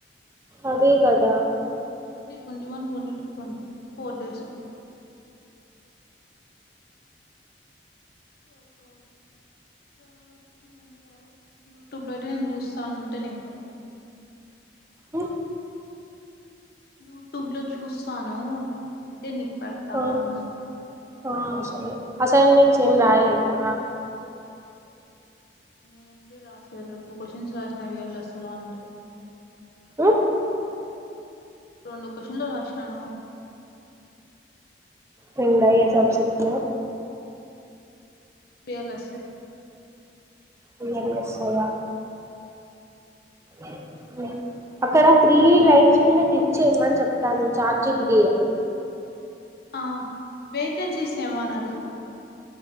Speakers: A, on the right; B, on the left.
A: అదే కదా
B: కొడిప్ <unintelligible> twenty one twenty two twenty photos ఓపిక వా ఎం జేయాలో యూట్యూబ్ లో అయితే నేను చూస్తాను ఉంటే నీకు పేడత
A: మ్మ్
B: యూట్యూబ్ లో చూస్తాను ఉంటే నికు పేడతా
A: ఆ
B: అంట
A: ఆ సరే అసైన్మెంట్స్ ఏం రాయలేదా
B: ఏంది రాసేది టూ క్వశ్చన్స్ రాసిన వదిలేసాను అంటే కానీ రాయలే
A: మ్మ్
B: రాయాలి రెండు కొశన్లు రాసినాను
A: రెండై సబ్జెక్టు
B: బియలక్సే
A: ఇయల రాస్సావ ఏంది <unintelligible> అక్కడ త్రీ
B: ఇంకా
A: లైన్స్ మీన క్లిక్ చేయ్యమని చెప్ దాని చార్ట్ జి పి టి
B: ఆ వేకన్సీస్ లేమా అడుగు